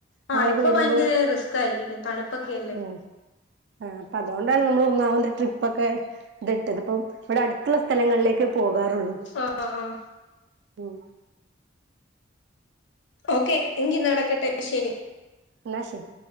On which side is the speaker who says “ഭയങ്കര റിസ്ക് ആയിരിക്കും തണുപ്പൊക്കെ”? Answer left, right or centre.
Left